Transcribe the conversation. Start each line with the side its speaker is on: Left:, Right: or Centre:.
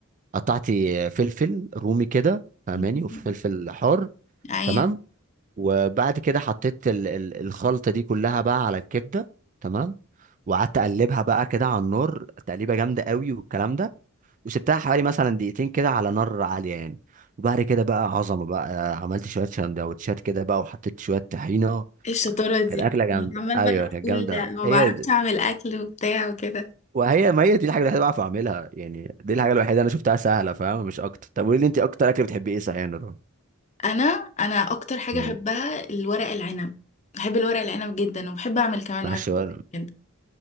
Right: قطعت فلفل رومي كده فاهماني
Left: مم.
Right: وفلفل حار
Left: ايوه
Right: تمام وبعد كده حطيت ال- ال- الخلطه دي كلها بقى على الكبده تمام وقعدت اقلبها بقى كده على النار تقليبه جامده قوي والكلام ده وسبتها حوالي مثلا دقيقتين كده على نار عاليه يعني وبعد كده بقى عظمه بقى عملت شويه سندوتشات كده بقى وحطيت شويه طحينه
Left: ايه الشطاره دي
Right: كانت اكله جامده
Left: عمال
Right: ايوه
Left: بقى
Right: كانت
Left: تقول
Right: جامده أوي.
Left: ما
Right: هي
Left: بعرفش
Right: دي.
Left: اعمل اكل وبتاع وكده
Right: وهي ما هي دي الحاجه الوحيده اللي بعرف اعملها يعني دي الحاجه الوحيده انا شفتها سهله فاهم مش اكتر طب قولي لي انت اكتر اكل بتحبي ايه صحيح يا نور
Left: انا انا اكتر حاجة
Right: مم.
Left: بحبها الورق العنب بحب الورق العنب جدا وبحب اعمل كمان
Right: معلش
Left: ورق
Right: بقى
Left: العنب